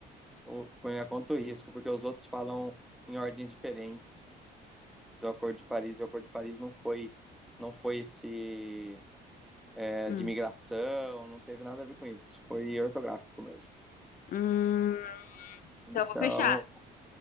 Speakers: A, in the centre; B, on the left (about 55°).
A: o- por minha conta o risco, porque os outros falam em ordens diferentes do Acordo de Paris, e o Acordo de Paris não foi, não foi esse é,
B: Hum.
A: de migração, não teve nada a ver com isso, foi ortográfico mesmo.
B: Hum,
A: Então,
B: então eu vou fechar.